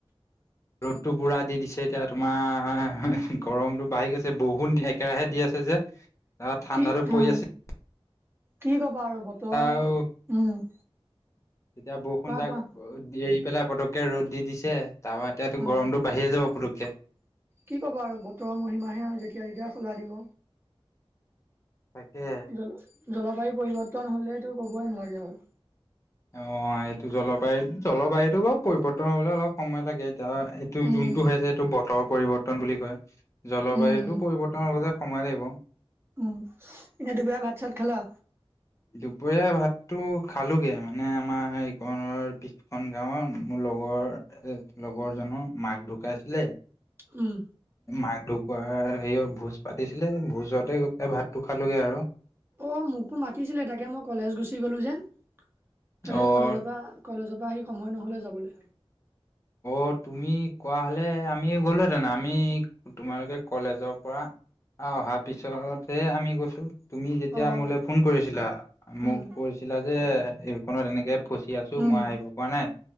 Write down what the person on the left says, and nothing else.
ৰ'দটো পুৰা দি দিছে এতিয়া তোমাৰ গৰমটো বাঢ়ি গৈছে বহুত একেৰাহে দি আছে যে অ ঠাঁণ্ডা
তো
পৰি আছিল,,
আৰু
এতিয়া বৰষুণ
যাক
এৰি পেলাই পতককে ৰ'দ দি দিছে তাৰ এতিাতো
গৰমতটো বাঢ়িয়ে যাব পুকক
তাকে।
অ এইটো জলবায়ু জলবায়ুতটো বাৰু পৰিৱৰ্তন হবলৈ অলপ সময় লাগে এতিয়া এইটো
যোনটো হৈ আছে এইটো বতৰ পৰিৱৰ্তন বুলি কয়, জলবায়ুতটো
পৰিৱৰ্তনৰ লগতে, সময় লাগিব,
দুপৰীয়া ভাতটো খালোগে মানে আমাৰ এইৰ পিছখন গাঁওৰ মূল, লগৰ এ লগৰ জনৰ মাক ঢুকাইছিলে
মাক ঢু ক হেৰি ভোজ পাতিছিলে ভোজতে গৈপেলাই ভাতটো খালোগে আৰু।
অ',
অ', তুমি কোৱা হলে আমি গ'লোহেতেো আমি তোমালোকে কলেজৰ পৰা আহ অহাৰ পিছতহে আমি গৈছো। তুমি যেতিয়া
মোলৈ ফোন কৰিছিলা মোক
কৈছিলা যে এইকনত এনেকে ফচি আছো
মই আহিব পৰা নাই